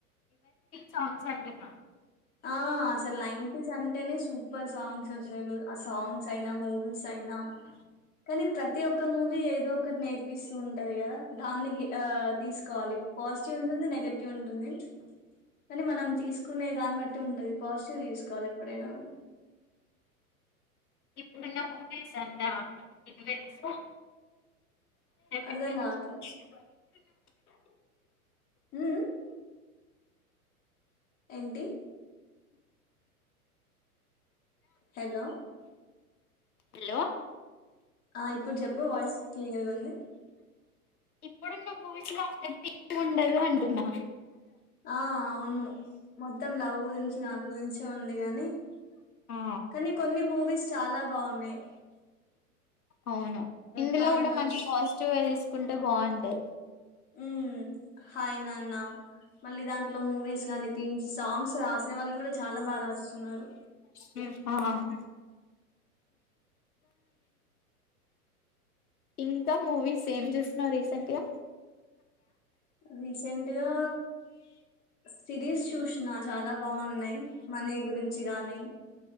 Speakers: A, on the left; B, on the left.
A: సాంగ్ సంజన
B: ఆ అసలు నైన్ ట్రిస్ అంటేనే సూపర్ సాంగ్స్ అసలు ఆ సాంగ్స్ అయినా మూవీస్ అయినా కనీ ప్రతి ఒక్క మూవీ ఏదో ఒకటి నేర్పిస్తూ ఉంటది గదా దాన్ని గె ఆ తీసుకోవాలి పాజిటివ్ ఉంటుంది నెగటివ్ ఉంటుంది కని మనం తీసుకునే దా ఉంటది పాజిటివ్ తీసుకోవాలి ఎప్పుడైనా గుడా
A: ఇప్పుడున్న హింపేసంట ఏ
B: అర్ధం కావట్లే మ్ము ఎంటి హలో
A: హలో
B: ఆ ఇప్పుడు చెప్పు వాయిస్ క్లియర్గున్ది
A: ఇప్పుడున్న వాయిస్ లో అంత రిపీట్గుండదు అంటున్నా
B: ఆ అవును మొత్తం లవ్ గురించి దాని గురించే ఉంది గాని
A: ఆ
B: కానీ కొన్ని మూవీస్ చాలా బాగున్నాయి
A: అవును ఇందులో
B: హాయ్
A: గుడ
B: నాన్న
A: మనం పాజిటివే తీసుకుంటే బాగు అంటె
B: ఉమ్ హాయ్ నాన్న మళ్ళీ దాంట్లో మూవీస్ గానీ థీమ్స్ సాంగ్స్ రాసే వాళ్ళు గుడా చాలా బాగా రాస్తున్నారు
A: హ్మ్ ఆ ఇంకా మూవీస్ ఏం జూస్తున్నావు రీసెంట్గా
B: రీసెంట్గా సిరీస్ చూసిన చాలా బాగున్నాయి మనీ గురించి గాని